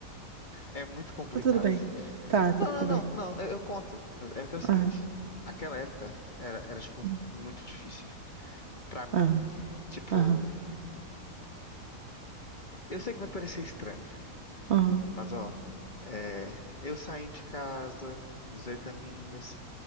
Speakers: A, on the left (about 35°); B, on the right (about 50°).
A: é muito complicado.
B: Tá tudo bem. Tá, tá
A: Não,
B: tudo
A: não, não,
B: bem.
A: não, eu, eu conto. Mas é que é o seguinte,
B: Aham,
A: aquela época era, era, tipo,
B: hum,
A: muito difícil pra mim.
B: aham,
A: Tipo,
B: aham,
A: eu sei que vai parecer estranho,
B: aham.
A: mas ó, é, eu saindo de casa, 18 aninhos,